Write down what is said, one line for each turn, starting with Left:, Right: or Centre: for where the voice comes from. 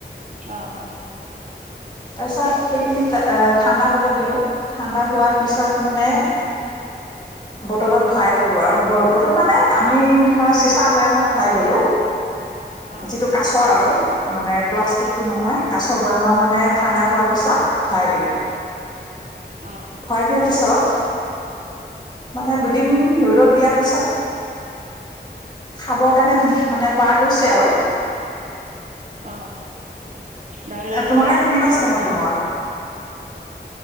Right: অ অ
Left: তাৰ পিছত সেইখিনি ঠাণ্ডা হ'ব দিলো ঠাণ্ডা হোৱাৰ পিছত
Right: অ
Left: মানে বটলত ভৰাই ললো আৰু বটল মানে আমি ধৰা চিচা বৈয়ামত ভৰাই ললো
Right: অ
Left: যিটো কাছৰ আৰু মানে প্লাষ্টিকতটো
Right: অ
Left: নহয় কাচ <unintelligible> আমাৰ মানে ঠাণ্ডা হোৱাৰ পিছত ভৰাই দিলো।
Right: অ
Left: <unintelligible> পিছত মানে দুদিন ৰ'দত দিয়াৰ পিছত খাব কাৰণে মানে পৰা গৈছে আৰু।
Right: অঁ, দাইলৰ
Left: তোমালোকে
Right: লগত
Left: কেনেকুৱা
Right: খাব
Left: চিষ্টেমত
Right: ভাল।
Left: বনোৱা